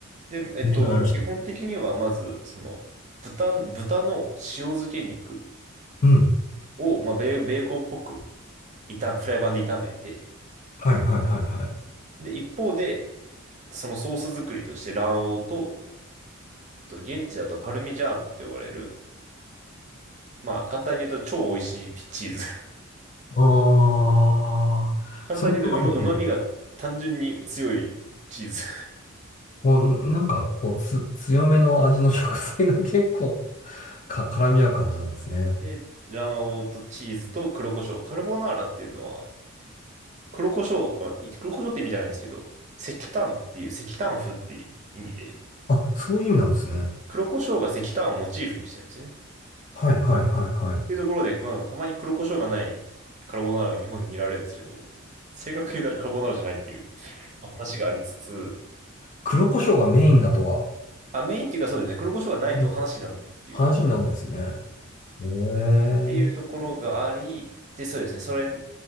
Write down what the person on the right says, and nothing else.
で、えっと、
基本的にはまず、その、豚、豚の塩漬け肉
を、まあ、ベー、ベーコンっぽく炒め、フライパンで炒めて、
で、一方で、そのソース作りとして卵黄と、えっと現地だとパルミジャーノって呼ばれる、まあ、簡単に言うと超美味しいピチーズ
簡単に言うと、
うま、旨味が単純に強いチーズ。
で、卵黄とチーズと黒胡椒。カルボナーラっていうのは、黒胡椒、あ、い黒胡椒って意味じゃないんですけど、石炭っていう、石炭風っていう意味で、
黒胡椒が石炭をモチーフにしてるんですよね。っ
ていうところで、まあ、たまに黒胡椒がないカルボナーラが日本で見られるんですけど、正確に言うとあれカルボナーラじゃないっていう話がありつつ、
あ、メインっていうかそうですね、黒胡椒がないと話にならないっていう
ていうところがあり、で、そうですね。それ、